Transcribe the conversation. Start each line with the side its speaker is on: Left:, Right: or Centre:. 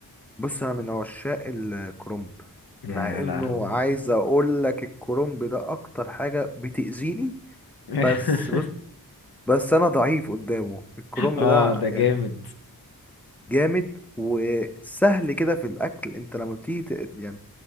Centre: بص انا من عشاق الكرنب
Left: يا
Centre: مع انه
Left: لهوي
Centre: عايز اقول لك الكرنب ده اكتر حاجه بتاذيني
Left: <laughs>
Centre: بس بص بس انا ضعيف قدامه الكرنب
Left: اه
Centre: ده
Left: ده
Centre: يعني
Left: جامد
Centre: جامد وسهل كده في الاكل انت لما بتيجي ت- يعني